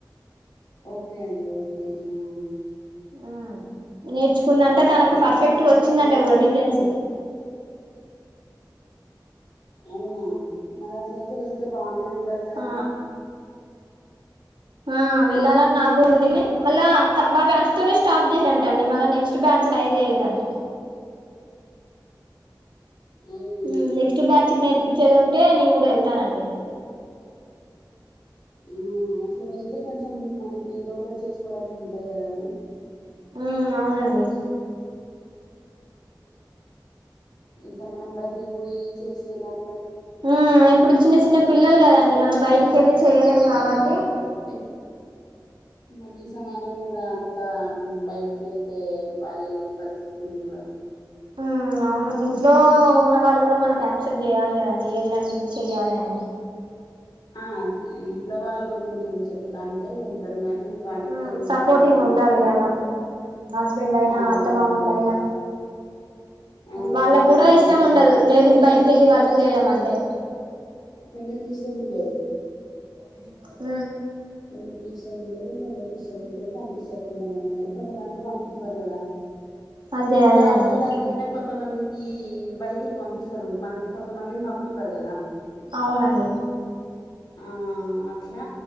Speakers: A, on the left (about 65°); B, on the right (about 80°).
A: ఓకే అండి ఓకే ఏమో
B: ఆ నేర్చుకుందంట తనకు పర్ఫెక్ట్
A: ఇంకా
B: వచ్చిందంట
A: అండి
B: గుడా డిజైన్స్
A: అవునా మరట్లయితే వెళ్తే బానే ఉంటది కదండి.
B: ఆ ఆ వెళ్ళాలని నాక్ గుడా ఉంది కని మళ్ళా అంత మా బ్యాచ్ తోటే స్టాప్ చేస అంట అండి మళ్ళ నెక్స్ట్ బ్యాచ్ ట్రై చేయలేదంట.
A: అవును
B: మ్ నెక్స్ట్ బ్యాచ్క్ నేర్పి చ్చేదుంటే నేన్ కూడా ఎళ్తానండి.
A: ఆ అట్ల వెళ్తే కొంచం మనకి ఏదో ఒకటి చేస్కోడానికి ఉంటది కదా అండి.
B: ఉమ్ అవునండి.
A: ఇట్ల మనం బయటికి పోయి చేసేదాని
B: మ్ ఇప్పుడు చిన్న చిన్న పిల్లలు కదండి మనం బయటికెళ్ళి చెయ్యలేం కావట్
A: వెల్ <inaudible> మళ్ళీ సమాజం కూడా అంతా బయటికెళ్తే బాలేదు పరిస్థితులు గుడా <inaudible>
B: ఉమ్ అవును ఇంట్లో ఉన్న వాళ్ళు గుడా మనక్ యాక్సెప్ట్ చేయాలి కదండి ఎళ్ళండి చేయాలి అని
A: ఆ ఇంట్లో వాళ్ళు కొంచం చెప్తాన్టే ఎళ్తాం గని వాళ్ళు గుడా
B: ఉమ్
A: ఏం వద్దులే
B: సపోర్టింగ్
A: అని
B: ఉండాలి
A: ఊకుంటే
B: కదా హస్బెండ్ అయినా
A: ఆ!
B: అత్త
A: అవునండి.
B: మామల్లైనా
A: ఆ!
B: వాళ్ళక్
A: ఉండాలి
B: గుడా
A: కొంచెం
B: ఇష్టం ఉండదు
A: ఉంటే
B: లేడీస్ బయటికెళ్ళి వర్కు చేయడం అంటే
A: కొందరికి ఇష్టం ఉండదు.
B: మ్ హ
A: కొందరికి ఇష్టం ఉండది కొందరికి ఇష్టం ఉంటది పంపిస్తార్ కొంతమంది కాని కొంతమంది పం పివ్వర్ కదా
B: అదే
A: ఇప్పుడు
B: అదే
A: జాబ్
B: అండి
A: చేయడానికైనా కొంతమంది ఈ బయటిక్ పంపిస్తరు మనల్ని కొంతమందిన్ పంపివ్వరు కదా
B: అవునండి.
A: ఆ అట్లా